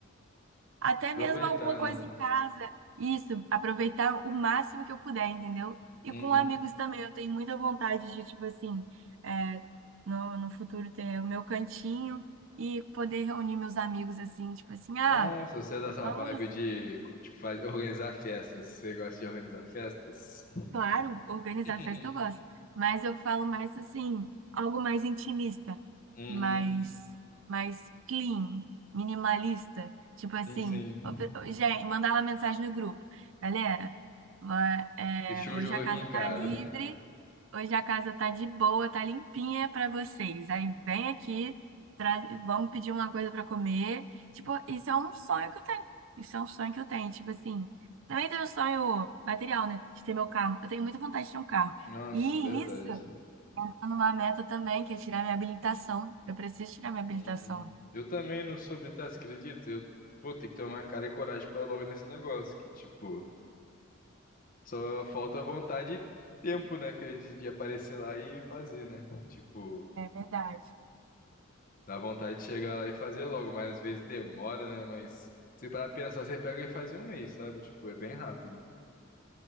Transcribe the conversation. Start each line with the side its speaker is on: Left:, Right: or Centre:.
Right: até
Left: Aproveitar,
Right: mesmo alguma coisa
Left: né?
Right: em casa. Isso, aproveitar o máximo que eu puder, entendeu? E
Left: Uhum.
Right: com amigos também, eu tenho muita vontade de, tipo assim, é, no, no futuro ter o meu cantinho e poder reunir meus amigos, assim, tipo assim, ah,
Left: Ah, se você é dessa
Right: vamos
Left: vibe de, de faz- organizar festas, você gosta de organizar festas?
Right: Claro, organizar
Left: <laughs>
Right: festa eu gosto, mas eu falo mais assim, algo mais intimista,
Left: Uhum.
Right: mais, mais clean, minimalista. Tipo assim,
Left: Sim, sim.
Right: ô, pe- ô, gente, mandar uma mensagem no grupo. Galera, uma- é,
Left: Deixei
Right: hoje
Left: o jogo
Right: a
Left: aqui
Right: casa
Left: em casa.
Right: tá livre, Hoje a casa tá de boa, tá limpinha pra vocês. Aí vem aqui, tra- vamos pedir uma coisa pra comer. Tipo, isso é um sonho que eu tenho. Isso é um sonho que eu tenho. Tipo assim, também tenho um sonho material, né? De ter meu carro. Eu tenho muita vontade de ter um carro.
Left: Nossa,
Right: E
Left: verdade.
Right: isso, eu tô numa meta também, que é tirar minha habilitação. Eu preciso tirar minha habilitação.
Left: Hum. Eu também não soube, tá? Você acredita? Eu, pô, tem que tomar cara e coragem pra ir logo nesse negócio. Que, tipo, Só falta vontade e tempo, né, cara, de, de aparecer lá e fazer, né? Tipo,
Right: É verdade.
Left: dá vontade de chegar lá e fazer logo, mas às vezes demora, né? Mas se parar pra pensar, você pega e faz em um mês, sabe? Tipo, é bem rápido.